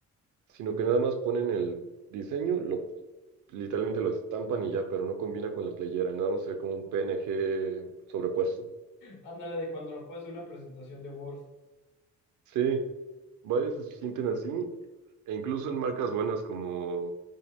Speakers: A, on the right; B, on the left.
A: sino que nada más ponen el diseño, lo literalmente lo estampan y ya, pero no combina con la playera, nada más se ve como un PNG sobrepuesto.
B: Ándale de cuando lo puedes de una presentación de Word.
A: Sí, varias se sienten así, e incluso en marcas buenas como